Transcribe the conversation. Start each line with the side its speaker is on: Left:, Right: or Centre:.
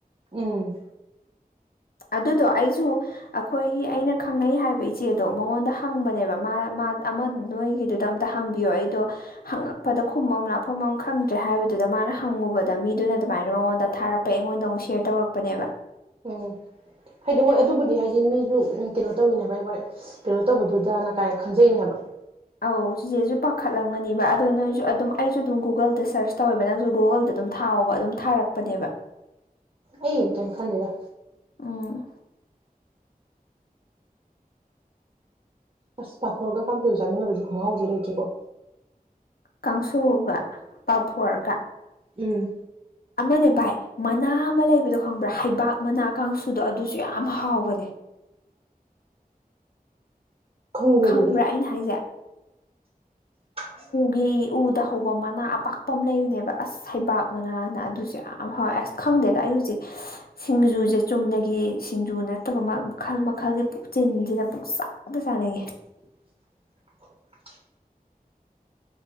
Right: ꯎꯝ
Left: ꯑꯗꯨꯗꯣ ꯑꯩꯁꯨ ꯑꯩꯈꯣꯏꯒꯤ ꯑꯩꯅ ꯈꯪꯅꯩ ꯍꯥꯏꯕ ꯏꯆꯦꯗꯣ ꯃꯉꯣꯟꯗ ꯍꯪꯕꯅꯦꯕ ꯃꯥꯅ ꯃꯥꯅ ꯑꯃ ꯅꯣꯏꯒꯤꯗꯨꯗ ꯑꯝꯇ ꯍꯥꯡꯕꯤꯌꯣ ꯑꯩꯗꯣ ꯍꯪꯉꯛꯄꯗ ꯈꯨꯝꯕꯝ ꯂꯥꯛꯐꯝ ꯑꯃ ꯈꯪꯗ꯭ꯔꯦ ꯍꯥꯏꯕꯗꯨꯗ ꯑꯗꯣ ꯃꯥꯅ ꯍꯪꯉꯨꯕꯗ ꯃꯤꯗꯨꯅ ꯑꯗꯨꯃꯥꯏꯅ ꯃꯉꯣꯟꯗ ꯊꯥꯔꯛꯄ ꯑꯩꯉꯣꯟꯗ ꯑꯃꯨꯛ ꯁꯦꯌꯔ ꯇꯧꯔꯛꯄꯅꯦꯕ
Right: ꯎꯝ ꯍꯥꯏꯗꯤ ꯍꯣꯏ ꯑꯗꯨꯕꯨꯗꯤ ꯍꯥꯏꯗꯤ ꯃꯤꯁꯨ ꯀꯩꯅꯣ ꯇꯧꯋꯤꯅꯦ ꯋꯥꯏ ꯋꯥꯏ ꯍ ꯀꯩꯅꯣ ꯇꯧꯕꯗꯨꯗꯅ ꯀꯥꯏ ꯈꯟꯖꯩꯅꯦ ꯍꯥꯏꯕ
Left: ꯑꯧ ꯆꯦꯁꯦꯁꯨ ꯄꯥꯈꯠꯂꯝꯒꯅꯦꯕ ꯑꯗꯣ ꯅꯪꯁꯨ ꯑꯗꯨꯝ ꯑꯩꯁꯨ ꯑꯗꯨꯝ ꯒꯨꯒꯜꯗ ꯁꯔꯁ ꯇꯧꯋꯦꯕ ꯅꯪꯁꯨ ꯒꯨꯒꯜꯗ ꯑꯗꯨꯝ ꯊꯥ ꯊꯥꯎꯕ ꯑꯗꯨꯝ ꯊꯥꯔꯛꯄꯅꯦꯕ
Right: ꯑꯩ <unintelligible>
Left: ꯎꯝ
Right: ꯑꯁ ꯄꯥꯐꯣꯔꯒ ꯀꯥꯡꯈꯩꯒ ꯆꯥꯃꯤꯟꯅꯕꯁꯦ ꯈꯍꯥꯎꯁꯦ ꯂꯩꯇ꯭ꯔꯦꯀꯣ
Left: ꯀꯥꯡꯁꯨꯒ ꯄꯥꯐꯣꯔꯒ
Right: ꯎꯝ
Left: ꯑꯃꯅꯦ ꯚꯥꯏ ꯃꯅꯥ ꯑꯃ ꯂꯩꯕꯗꯣ ꯈꯪꯕ꯭ꯔꯥ ꯍꯩꯕꯥꯛ ꯃꯅꯥ ꯀꯥꯡꯁꯨꯗꯣ ꯑꯗꯨꯁꯨ ꯌꯥꯝ ꯍꯥꯎꯕꯅꯦ
Right: ꯈꯪꯗꯦꯗꯨꯗꯤ
Left: ꯈꯪꯕ꯭ꯔꯥ ꯑꯩꯅ ꯍꯥꯏꯁꯦ
Right: <unintelligible>
Left: ꯒꯤ ꯎꯗ ꯍꯧꯕ ꯃꯅꯥ ꯑꯄꯥꯛꯄ ꯑꯃ ꯂꯩꯔꯤꯅꯦꯕ ꯑꯁ ꯍꯩꯕꯥꯛ ꯃꯅꯥꯅ ꯑꯗꯨꯁꯨꯦ ꯌꯥꯝ ꯑꯁ ꯈꯪꯗꯦꯗ ꯑꯩ ꯍꯧꯖꯤꯛ ꯁꯤꯡꯖꯨꯁꯦ ꯆꯨꯝꯅꯒꯤ ꯁꯤꯡꯖꯨ ꯅꯠꯇ꯭ꯔꯕ ꯃꯈꯜ ꯃꯈꯜꯒꯤ ꯄꯨ ꯁꯤꯦꯅ ꯄꯨꯛ ꯁꯥꯗ ꯁꯥꯟꯅꯌꯦꯦ
Right: <inaudible>